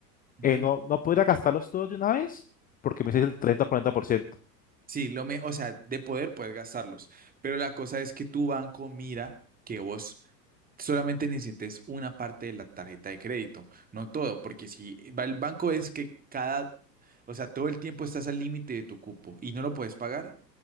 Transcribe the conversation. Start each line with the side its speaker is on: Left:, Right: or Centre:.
Right: Ujú.
Left: eh, ¿no, no podría gastarlos todos de una vez? Porque me dice el 30 o 40%.
Right: Sí, lo me, o sea, de poder puedes gastarlos, pero la cosa es que tu banco mira que vos solamente necesites una parte de la tarjeta de crédito, no todo, porque si va el banco es que cada, o sea, todo el tiempo estás al límite de tu cupo y no lo puedes pagar,